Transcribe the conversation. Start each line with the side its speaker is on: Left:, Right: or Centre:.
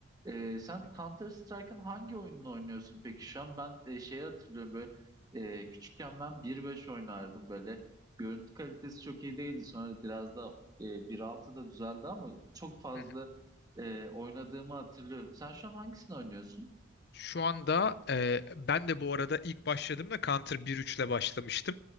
Right: E, sen
Left: Hı
Right: Counter Strike'ın hangi oyununu oynuyorsun peki şu an? Ben e, şeyi hatırlıyorum böyle e, küçükken ben bir beş oynardım böyle. Görüntü kalitesi çok iyi değildi. Sonra biraz da e, bir altı da düzeldi ama çok fazla
Left: hı.
Right: e, oynadığımı hatırlıyorum. Sen şu an hangisini oynuyorsun?
Left: Şu anda e, ben de bu arada ilk başladığımda Counter 1.3 ile başlamıştım.